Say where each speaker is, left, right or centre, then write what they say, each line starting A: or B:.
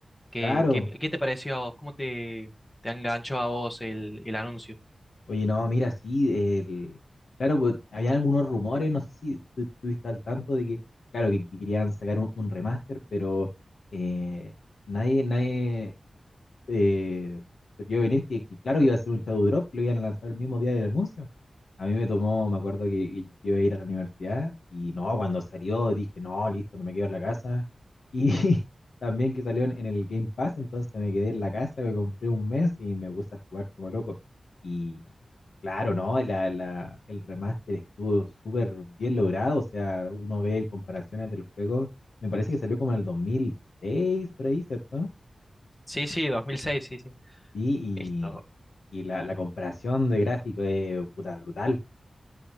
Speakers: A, on the left; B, on the left.
A: ¿Qué,
B: Claro.
A: qué- qué te pareció a vos? ¿Cómo te, te enganchó a vos el, el anuncio?
B: Oye, no, mira, sí, el... Claro, pues, había algunos rumores, no sé si tú estuviste al tanto de que, claro, que, que querían sacar un, un remaster, pero eh, nadie, nadie, eh, se vio venir que, que, claro, iba a ser un Shadow Drop, que lo iban a lanzar el mismo día del anuncio. A mí me tomó, me acuerdo que, que iba a ir a la universidad y no, cuando salió dije, no, listo, no me quedo en la casa. Y <laughs> también que salió en, en el Game Pass, entonces me quedé en la casa, me compré un mes y me puse a jugar como loco. Y claro, ¿no? La, la- el remaster estuvo súper bien logrado, o sea, uno ve comparaciones del juego, me parece que salió como en el 2006, por ahí, ¿cierto?
A: Sí, sí, 2006, sí, sí.
B: Sí, y,
A: Esto,
B: y la, la comparación de gráfico es puta, brutal.